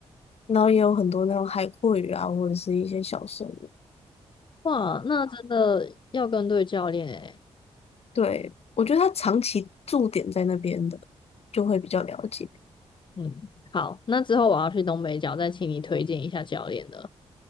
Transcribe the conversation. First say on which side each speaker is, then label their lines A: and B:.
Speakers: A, on the left (about 60°); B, on the left (about 45°).
A: 然后也有很多那种海蛞蝓啊，或者是一些小生物。
B: 哇，那真的要跟对教练诶。
A: 对，我觉得他长期驻点在那边的，就会比较了解。
B: 嗯，好，那之后我要去东北角，再请你推荐一下教练了。